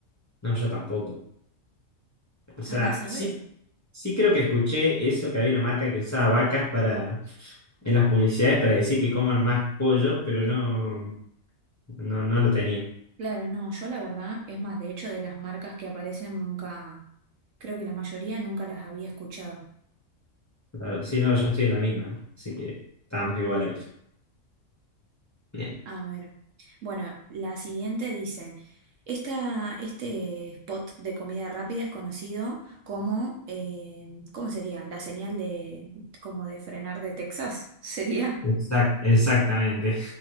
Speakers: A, on the left (about 15°); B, on the right (about 70°).
A: No, yo tampoco. O sea,
B: Andás a
A: sí,
B: ver.
A: sí creo que escuché eso, que había una marca que usaba vacas para... en las publicidades para decir que coman más pollo, pero no, no, no lo tenía.
B: Claro, no, yo la verdad, es más, de hecho, de las marcas que aparecen nunca, creo que la mayoría nunca las había escuchado.
A: Claro, sí, no, yo estoy en la misma, así que estábamos igual ahí. Bien.
B: A ver. Bueno, la siguiente dice, esta, este spot de comida rápida es conocido como, eh, ¿cómo sería? La señal de, como de frenar de Texas, <laughs> ¿sería?
A: Exact- exactamente.